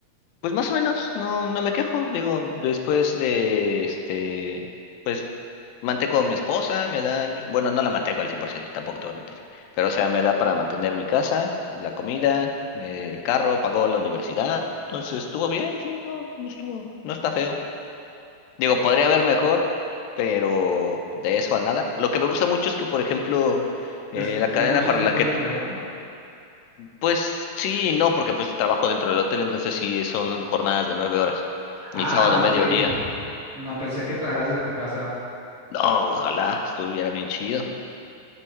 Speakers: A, on the left; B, on the right.
A: Pues más o menos, no, no me quejo. Digo, después de este, pues mantengo a mi esposa, me da, mi- bueno, no la mantengo al 100%, tampoco te voy a mentir. Pero o sea, me da para mantener mi casa, la comida, eh, el carro, pagó la universidad. Entonces estuvo bien, sí, no, no estuvo, no está feo. Digo, podría haber mejor, pero de eso a nada. Lo que me gusta mucho es que, por ejemplo, eh,
B: Pues
A: la
B: te
A: cadena
B: da mucho
A: para
B: tiempo
A: la que
B: libre, ¿no?
A: pues sí, y no, porque pues trabajo dentro del hotel, entonces sí son jornadas de nueve horas.
B: Ah,
A: El sábado mediodía.
B: ok. No pensé que trabajas desde tu casa.
A: No, ojalá estuviera bien chido.